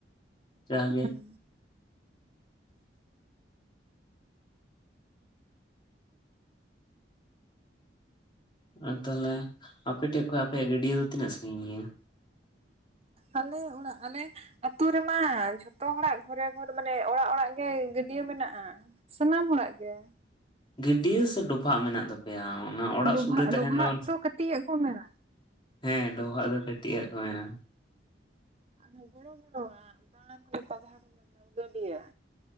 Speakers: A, on the left; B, on the right.
A: ᱡᱟ
B: ᱦᱩᱸ
A: ᱜᱮ ᱟᱨ ᱛᱟᱦᱞᱮ ᱟᱯᱮᱴᱷᱮᱡ ᱠᱷᱚᱱᱟᱜ ᱟᱯᱮᱭᱟᱜ ᱜᱟᱹᱰᱭᱟᱹ ᱫᱚ ᱛᱤᱱᱟᱹᱜ ᱥᱟᱺᱟᱹᱜᱤᱧ ᱜᱮᱭᱟ?
B: ᱟᱞᱮ ᱚᱲᱟᱜ ᱟᱞᱮ ᱟᱹᱛᱩ ᱨᱮᱢᱟ ᱡᱷᱚᱛᱚ ᱦᱚᱲᱟᱜ ᱜᱷᱚᱨᱮ ᱜᱷᱚᱨ ᱢᱟᱱᱮ ᱚᱲᱟᱜ ᱚᱲᱟᱜ ᱜᱮ ᱜᱟᱹ ᱰᱭᱟᱹ ᱢᱮᱱᱟᱜᱼᱟ ᱥᱟᱱᱟᱢ ᱦᱚᱲᱟᱜ ᱜᱮ
A: ᱜᱟᱹᱰᱭᱟᱹ ᱥᱮ ᱰᱚᱵᱷᱟᱜ ᱢᱮᱱᱟᱜ ᱛᱟᱯᱮᱭᱟ? ᱚᱱᱟ ᱚᱲᱟᱜ
B: ᱰᱚᱵᱷᱟᱜ
A: ᱥᱩᱨ ᱨᱮ ᱛᱟᱦᱮᱸᱱ
B: ᱰᱚᱵᱷᱟᱜ
A: ᱫᱚ
B: ᱛᱚ ᱠᱟᱹᱴᱤᱡ ᱟᱜ ᱠᱚ ᱢᱮᱱᱟ
A: ᱦᱮᱸ ᱰᱚᱵᱷᱟᱜ ᱫᱚ ᱠᱟᱹᱴᱤᱡ-ᱟ ᱠᱚ ᱢᱮᱱᱟ᱾
B: ᱟᱨ ᱜᱚᱲᱚ ᱜᱚᱲᱚᱣᱟᱜ ᱫᱟᱬᱟᱱ ᱠᱚᱨᱮ ᱟ ᱡᱟᱦᱟ ᱠᱚ ᱢᱮᱱᱫᱟ ᱜᱟᱹᱰᱟᱹᱭᱟ